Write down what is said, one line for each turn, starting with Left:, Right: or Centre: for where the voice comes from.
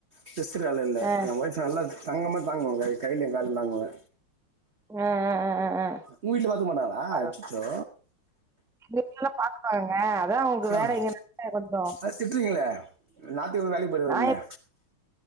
Right: ஸ்ரெஸ்சுக்கு வேல இல்ல
Centre: ஆ
Right: என் ஒய்ஃப நல்லா தங்கமா தாங்குவே கை கையிலயும கால்லயு தாங்குவே
Centre: ஆ ஆ ஆ ஆ ஆ
Right: உங்க வீட்ல பாத்துக்க மாட்டாங்களா
Centre: பரவால்ல
Right: அச்சச்சோ
Centre: எங்க வீட்ல எல்லா பாத்துப்பாங்கங்க அதா உங்களுக்கு
Right: அம்
Centre: வேல எங்கனால கொஞ்சோ
Right: அ திட்றீங்களே ஞாத்துக் கெழம வேலைக்கு போயிட்வாருன்னு
Centre: நா எப்ப